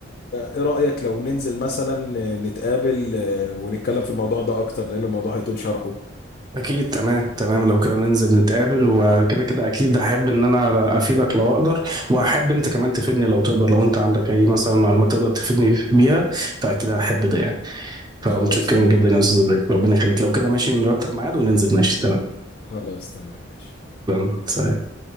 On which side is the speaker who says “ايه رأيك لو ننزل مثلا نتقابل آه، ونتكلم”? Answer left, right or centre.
Left